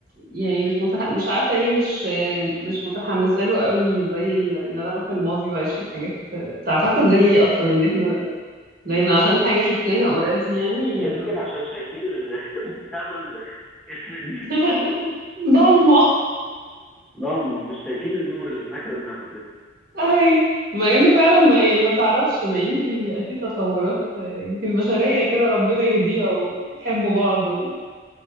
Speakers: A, on the right; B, in the centre.
A: يعني مش متح... مش عارفه ليه مش آه، مش متحمسه له قوي زي ال... ان انا اروح الماضي واعيش الحاجات آه، تعتقد ده ليه اصلا ان احنا دايما عشان حاجه شفناها اوريدي يعني
B: يمكن
A: آه،
B: عشان شايفين ال- <laughs> المستقبل اسود
A: <laughs> ضلمه
B: ضلمة مش شايفين النور اللي في آخر النفق لسه
A: اهي مع انه فعلا ما ما تعرفش ما يمكن يبقى في تطورات آه، يمكن البشريه كده ربنا يهديها ويحبوا بعض و...